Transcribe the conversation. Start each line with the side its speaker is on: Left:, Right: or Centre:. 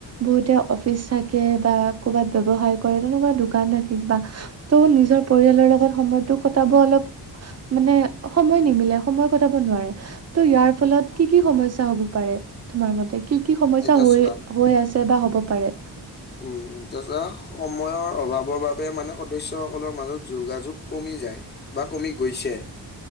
Right: বহুতে অফিচ থাকে বা কৰ'বাত ব্যৱসায় কৰে তেনেকুৱা দোকান থাকে কিবা ত'
Left: উম,
Right: নিজৰ
Left: উম।
Right: পৰিয়ালৰ লগত সময়টো কটাব অলপ মানে সময় নিমিলে সময় কটাব নোৱাৰে ত' ইয়াৰ ফলত কি কি সমস্যা হব পাৰে তোমাৰ মতে কি কি সমস্যা
Left: এতিয়া
Right: হৈ
Left: চোৱা
Right: হৈ আছে বা হ'ব পাৰে।
Left: উম তাছ সময়ৰ অভাৱৰ বাবে মানে সদস্য সকলৰ মাজত যোগাযোগ কমি যায় বা কমি গৈছে।